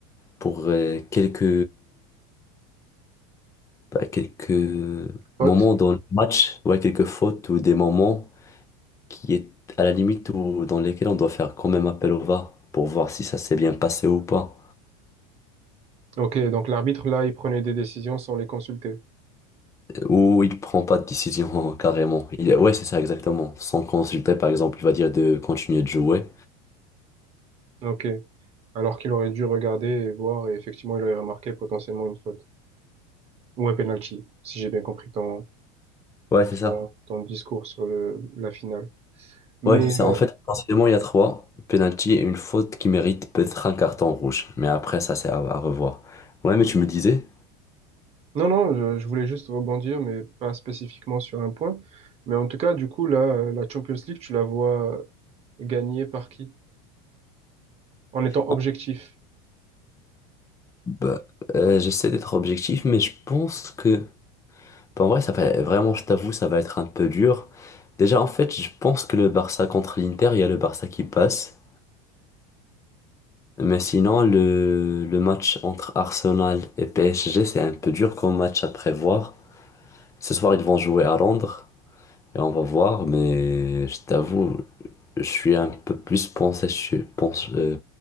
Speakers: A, on the left; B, on the right.
A: pour euh, quelques bah, quelques
B: Faute?
A: moments dans le match, ouais, quelques fautes ou des moments qui est à la limite où, dans lesquels on doit faire quand même appel au VAR pour voir si ça s'est bien passé ou pas.
B: Ok, donc l'arbitre, là, il prenait des décisions sans les consulter.
A: Ou il prend pas de décision <laughs> carrément. Il- ouais, c'est ça exactement. Sans consulter, par exemple, il va dire de continuer de jouer.
B: Ok. Alors qu'il aurait dû regarder et voir, et effectivement, il aurait remarqué potentiellement une faute ou un penalty, si j'ai bien compris ton,
A: Ouais, c'est
B: ton,
A: ça.
B: ton discours sur le, la finale. Mais
A: Ouais, c'est ça.
B: euh,
A: En fait, forcément, il y a trois penalty et une faute qui mérite peut-être un carton rouge. Mais après, ça, c'est à, à revoir. Ouais, mais tu me disais,
B: non, non, je, je voulais juste rebondir, mais pas spécifiquement sur un point. Mais en tout cas, du coup, là, euh, la Champions League, tu la vois euh, gagner par qui? En étant objectif.
A: Ah, bah, euh, j'essaie d'être objectif, mais je pense que Bah, En vrai, ça va vraiment, je t'avoue, ça va être un peu dur. Déjà, en fait, je pense que le Barça contre l'Inter, il y a le Barça qui passe. Mais sinon, le, le match entre Arsenal et PSG, c'est un peu dur comme match à prévoir. Ce soir, ils vont jouer à Londres et on va voir. Mais je t'avoue, je suis un peu plus penché, sur- penche- euh,